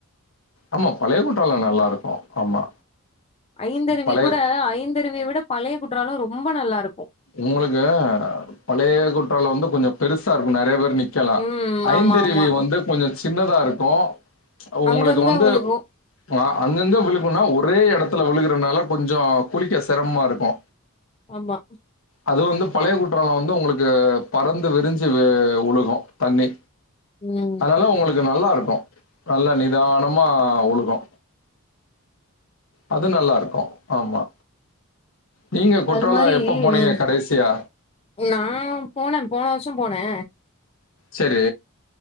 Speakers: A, on the left; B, on the left.
A: ஆமா பழைய குற்றால நல்லா இருக்கு ஆமா
B: ஐந்தருவி
A: பழைய
B: கூட ஐந்தருவிய விட பழைய குற்றால ரொம்ப நல்லா இருக்கு
A: உங்களுக்கு பழய குற்றால வந்து கொஞ்ச பெருசா இருக்கு நெறைய பேரு க்கலா
B: ம்
A: ஐந்தருவி
B: ஆமா ஆமா
A: வந்து கொஞ்ச சின்னதா இருக்கு உங்களுக்கு
B: அங்கங்க
A: வந்து
B: விழுகு
A: ஆ அங்கங்க விழுகுனா ஒரே எடத்துல விழுகுறனால கொஞ்சோ குளிக்க செரமமா இருக்கு
B: ஆமா
A: அது வந்து பழைய குற்றால வந்து உங்களுக்கு பறந்து விரிஞ்சு வுழுகு தண்ணி
B: ம்
A: அதனால உங்களுக்கு நல்லா இருக்கு நல்லா நிதானமா வுழுகு அது நல்லா இருக்கு ஆமா நீங்க குற்றால
B: அது மாரி
A: எப்ப போனீங்க
B: ம்
A: கடைசியா
B: நா போனே போன வருஷோ போனே
A: சரி